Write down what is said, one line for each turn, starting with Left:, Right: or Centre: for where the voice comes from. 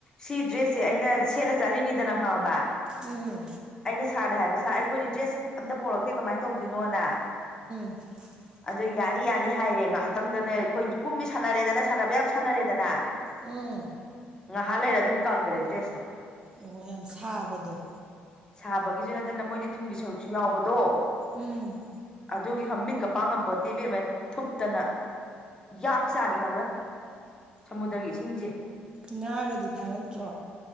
Left: ꯁꯤ ꯗ꯭ꯔꯦꯁꯁꯦ ꯑꯩꯅ ꯁꯦꯠꯂ ꯆꯠꯂꯤꯅꯤꯗꯅ ꯈꯪꯕ
Right: ꯎꯝ
Left: ꯑꯩꯅ ꯁꯥꯔꯗ ꯍꯥꯏꯕ ꯁꯥꯔ ꯑꯩꯈꯣꯏꯗꯤ ꯗ꯭ꯔꯦꯁ ꯑꯝꯇ ꯄꯣꯔꯛꯇꯦ ꯀꯃꯥꯏꯅ ꯇꯧꯗꯣꯏꯅꯣꯅ
Right: <unintelligible>
Left: ꯑꯗꯨ ꯌꯥꯅꯤ ꯌꯥꯅꯤ ꯍꯥꯏꯔꯦ ꯉꯥꯏꯍꯥꯛꯇꯪꯗꯅꯦ ꯑꯩꯈꯣꯏ ꯀꯨꯝꯃꯤ ꯁꯥꯟꯅꯔꯦꯗꯅ ꯁꯥꯟꯅꯕ ꯌꯥꯝ ꯁꯥꯟꯅꯔꯦꯗꯅ
Right: ꯎꯝ
Left: ꯉꯥꯏꯍꯥꯛ ꯂꯩꯔ ꯑꯗꯨꯝ ꯀꯪꯈ꯭ꯔꯦ ꯗ꯭ꯔꯦꯁꯇꯣ
Right: ꯑꯣ ꯌꯥꯝ ꯁꯥꯕꯗꯣ
Left: ꯁꯥꯕꯒꯤꯁꯨ ꯅꯠꯇꯅ ꯃꯣꯏꯗꯤ ꯊꯨꯝꯒꯤ ꯁꯔꯨꯛꯁꯨ ꯌꯥꯎꯕꯗꯣ
Right: ꯎꯝ
Left: ꯑꯗꯨꯒꯤ ꯃꯤꯠꯀ ꯄꯥꯡꯉꯄꯣꯠꯇꯤꯕꯤ ꯑꯃ ꯊꯨꯞꯇꯅ ꯌꯥꯥꯛ ꯆꯥꯅꯤ ꯈꯕ꯭ꯔꯥ ꯁꯃꯨꯗ꯭ꯔꯒꯤ ꯏꯁꯤꯡꯁꯦ
Right: ꯉꯥꯒꯗꯤ ꯐꯥꯔꯛꯇ꯭ꯔꯣ